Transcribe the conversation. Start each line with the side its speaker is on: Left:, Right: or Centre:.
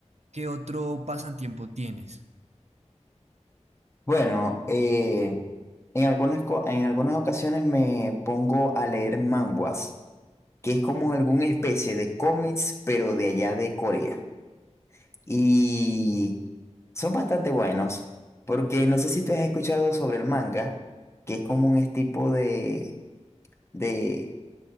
Right: ¿Qué otro pasatiempo tienes?
Left: Bueno, eh, en algunas, co- en algunas ocasiones me pongo a leer manhwas, que es como alguna especie de cómics, pero de allá de Corea. Y son bastante buenos, porque no sé si tú has escuchado sobre el manga, que es como un es tipo de, de